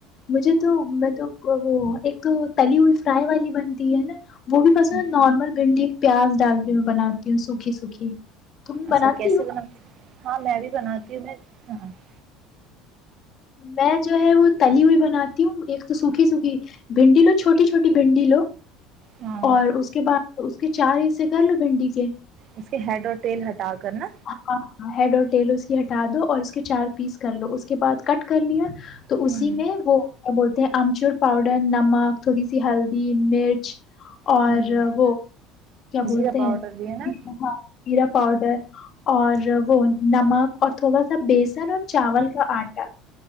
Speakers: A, on the left; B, on the right.
A: مجھے تو میں تو وہ ایک تو تلیول فرائی والی بنتی ہے نا وہ بھی پسند
B: ہاں،
A: نارمل بھنڈی پیاز ڈال کے بناتی ہوں سوکھی سوکھی تم
B: اچھا
A: بناتی
B: کیسے
A: ہو
B: وہاں <unintelligible> ہاں میں بھی بناتی ہوں میں <unintelligible> ہاں <unintelligible>
A: میں جو ہے وہ تلی ہوئی بناتی ہوں ایک تو سوکھی سوکھی بھنڈی لو چھوٹی چھوٹی بھنڈی لو
B: ہاں
A: اور اس کے بعد اس کے چار حصے کر لو بھنڈی کے
B: اس کے ہیڈ اور تیل ہٹا کر نا
A: ہاں ہیڈ اور ٹیل اس کی ہٹا دو اور اس کے چار پیس کر لو اس کے بعد کٹ کر لیا تو
B: ہوں
A: اسی میں وہ کیا بولتے ہیں آمچور پاؤڈر نمک تھوڑی سی ہلدی مرچ اور
B: ہوں
A: وہ <unintelligible> کیا بولتے
B: زیرہ پاؤڈر
A: ہیں
B: بھی ہے نا
A: ہاں ہیرا پاؤڈر اور وہ نمک اور تھوڑا سا بیسن اور چاول کا آٹا